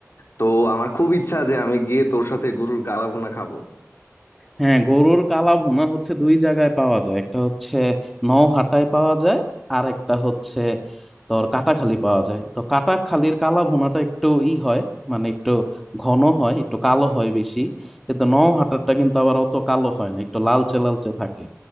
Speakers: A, on the left; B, in the centre.
A: তো আমার খুব ইচ্ছা যে আমি গিয়ে তোর সাথে গরুর কালাভুনা খাবো
B: হ্যাঁ গরুর কালা ভুনা হচ্ছে দুই জায়গায় পাওয়া যায় একটা হচ্ছে নওহাটায় পাওয়া যায় আর একটা হচ্ছে তোর কাটাখালি পাওয়া যায় তো কাটাখালির কালা ভুনাটা একটু ই হয় মানে একটু ঘন হয় একটু কালো হয় বেশি কিন্তু নওহাটারটা কিন্তু আবার অত কালো হয় না একটু লালচে লালচে থাকে